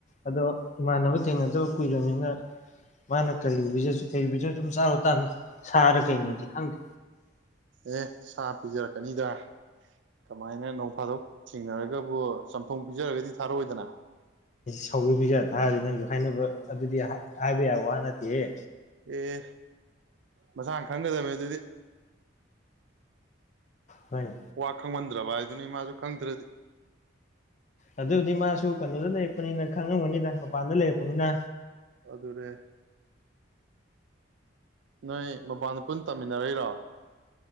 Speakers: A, on the left; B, on the right.
A: ꯑꯗꯣ ꯏꯃꯥꯟꯅꯕ ꯊꯦꯡꯅꯗꯕ ꯀꯨꯏꯔꯕꯅꯤꯅ ꯃꯥꯅ ꯀꯔꯤ ꯀꯔꯤꯕꯤꯖꯁꯨ ꯑꯗꯨꯝ ꯆꯥꯔꯣ ꯇꯥꯕꯅꯤ ꯁꯥꯔ ꯀꯩꯅꯣꯗꯤ
B: ꯎꯝ
A: ꯈꯪꯗꯦ
B: ꯑꯦ ꯁꯥ ꯄꯤꯖꯔꯛꯀꯅꯤꯗ ꯀꯃꯥꯏꯅ ꯅꯣꯡ ꯐꯥꯗꯣꯛ ꯊꯦꯡꯅꯔꯒꯕꯨ ꯆꯝꯊꯣꯡ ꯄꯤꯖꯔꯒꯗꯤ ꯊꯥꯔꯑꯣꯗꯅ
A: ꯁꯧꯒꯤ ꯄꯤꯖꯥ ꯊꯥꯔꯗꯤ ꯅꯪꯁꯨ ꯍꯥꯏꯅꯕ ꯑꯗꯨꯗꯤ ꯍꯥꯏꯕ ꯌꯥꯕ ꯋꯥ ꯅꯠꯇꯦꯍꯦ
B: ꯑꯦ ꯃꯁꯥꯅ ꯈꯪꯒꯗꯕꯅꯦ ꯑꯗꯨꯗꯤ
A: ꯍꯣꯏꯅꯦ
B: ꯋꯥ ꯈꯪꯃꯟ ꯗ꯭ꯔꯕ ꯍꯥꯏꯗꯨꯅꯤ ꯃꯥꯁꯨ ꯈꯪꯗ꯭ꯔꯗꯤ
A: ꯑꯗꯨ ꯍꯧꯗꯤ ꯃꯥꯁꯨ ꯀꯩꯅꯣꯗ ꯂꯩꯔꯛꯄꯅꯤꯅ ꯈꯪꯉꯝꯕꯅꯤꯗ ꯃꯄꯥꯟꯗ ꯂꯩꯔꯛꯄꯅꯤꯅ
B: ꯑꯗꯨꯔ ꯅꯣꯏ ꯃꯄꯥꯟꯗ ꯄꯨꯟ ꯇꯝꯃꯤꯟꯅꯔꯛꯏꯔꯣ